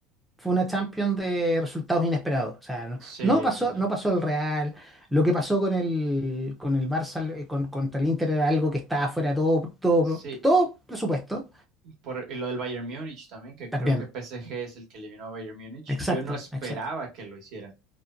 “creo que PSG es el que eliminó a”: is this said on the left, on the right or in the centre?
Right